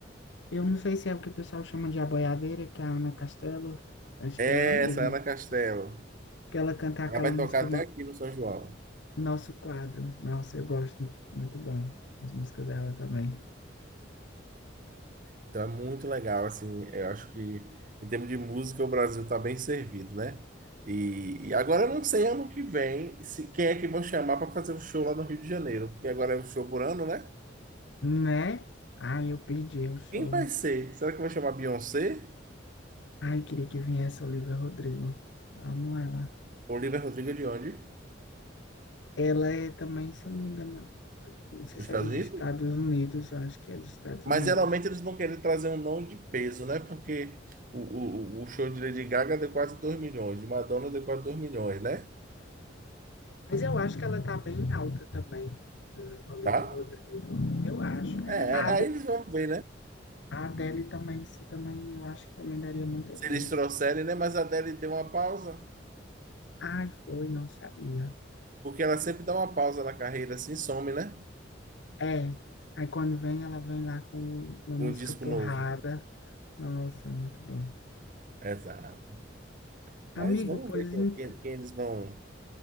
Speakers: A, on the left (about 70°); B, on the right (about 45°).
A: eu não sei se é o que o pessoal chama de a boiadeira, que é a Ana Castelo, acho
B: É
A: que é ela mesma.
B: essa, Ana Castela.
A: Que ela canta aquela
B: Ela vai
A: música
B: tocar até aqui no São João.
A: Nosso quadro. Nossa, eu gosto. Muito bom. As músicas dela também.
B: Então é muito legal, assim, eu acho que em termos de música o Brasil está bem servido, né? E, e agora eu não sei ano que vem se quem é que vão chamar para fazer o show lá no Rio de Janeiro, porque agora é um show por ano, né?
A: Né? Ai, eu pedi o show.
B: Quem vai ser? Será que vai chamar Beyoncé?
A: Ai, queria que viesse a Olivia Rodrigo. Amo ela.
B: Olivia Rodrigo de onde?
A: Ela é também, se eu não me engano, não sei
B: Dos
A: se
B: Estados
A: é dos
B: Unidos?
A: Estados Unidos, eu acho que é dos Estados
B: Mas
A: Unidos.
B: geralmente eles vão querer trazer um nome de peso, né? Porque o, o, o show de Lady Gaga deu quase 2 milhões, de Madonna deu quase 2 milhões, né?
A: Mas eu acho que ela tá bem alta também, a Olivia
B: Tá?
A: Rodrigo. Eu acho.
B: É,
A: A Ade-
B: aí eles vão ver, né?
A: a Adele também, se também, eu acho que também daria muita
B: Se
A: gente.
B: eles trouxerem, né? Mas a Adele deu uma pausa.
A: Ai, foi, não sabia.
B: Porque ela sempre dá uma pausa na carreira assim, some, né?
A: É. Aí quando vem, ela vem lá com uma
B: Com
A: música
B: um disco
A: porrada.
B: novo.
A: Nossa, muito bom.
B: Exato.
A: Amigo,
B: Mas vamos
A: pois
B: ver quem,
A: ent-
B: quem- quem eles vão,